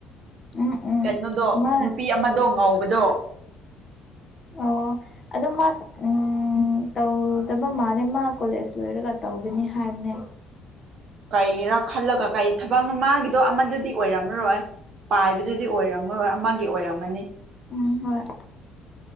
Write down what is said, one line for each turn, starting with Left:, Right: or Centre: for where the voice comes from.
Left: ꯎꯝ ꯎꯝ
Right: ꯀꯩꯅꯣꯗꯣ
Left: ꯃꯥ
Right: ꯅꯨꯄꯤ ꯑꯃꯗꯣ ꯉꯧꯕꯗꯣ
Left: ꯑꯣ ꯑꯗꯣ ꯃꯥ ꯑꯝ ꯇꯧꯗꯕ ꯃꯥꯜꯂꯦ ꯃꯥ ꯀꯣꯂꯦꯖ ꯂꯣꯏꯔꯒ ꯇꯧꯒꯅꯤ ꯍꯥꯏꯕꯅꯦ
Right: ꯀꯩꯒꯤꯔꯥ ꯈꯜꯂꯒ ꯀꯩ ꯊꯥꯕꯛꯅꯣ ꯃꯥꯒꯤꯗꯣ ꯑꯃꯗꯨꯗꯤ ꯑꯣꯏꯔꯝꯃꯔꯣꯏ ꯄꯥꯏꯕꯗꯨꯗꯤ ꯑꯣꯏꯔꯝꯃꯔꯣꯏ ꯑꯃꯒꯤ ꯑꯣꯏꯔꯝꯒꯅꯤ
Left: ꯎꯝ ꯍꯣꯏ